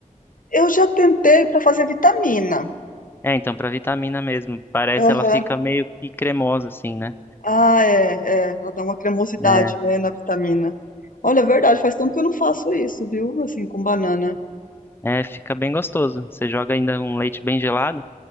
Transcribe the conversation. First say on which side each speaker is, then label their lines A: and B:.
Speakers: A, on the left; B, on the left.
A: Eu já tentei para fazer vitamina.
B: É, então, pra vitamina mesmo. Parece
A: Aham.
B: ela fica meio que cremosa, assim, né?
A: Ah, é, é, ela dá uma cremosidade,
B: É,
A: né, na vitamina. Olha, é verdade, faz tempo que eu não faço isso, viu? Assim, com banana.
B: é, é, fica bem gostoso. Você joga ainda um leite bem gelado.